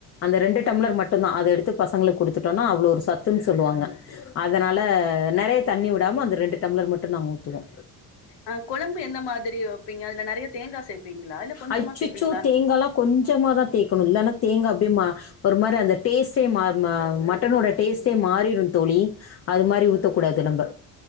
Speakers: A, on the left; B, on the left.
A: அந்த ரெண்டு டம்ளர் மட்டுந்தா அத எடுத்து பசங்களுக் குடுத்துட்டோன்னா அவ்ளோ ஒரு சத்துன் சொல்வாங்க அதனால நெறைய தண்ணி விடாம அந்த ரெண்டு டம்ளர் மட்டு நாங்க ஊத்துவோ
B: ஆ கொழம்பு எந்த மாத்ரி வெப்பீங்க அதுல நெறையா தேங்கா சேப்பீங்ளா இல்ல கொஞ்சமா
A: அச்சச்சோ!
B: சேப்பீங்ளா
A: தேங்காலாம் கொஞ்சமா தா தேக்கணு இல்லனா தேங்கா அப்டியே மா ஒரு மாரி அந்த டேஸ்ட்டே மா மா மட்டனோட டேஸ்ட்டே மாறிரு தோழி அது மாரி ஊத்தக்க கூடாது நம்ம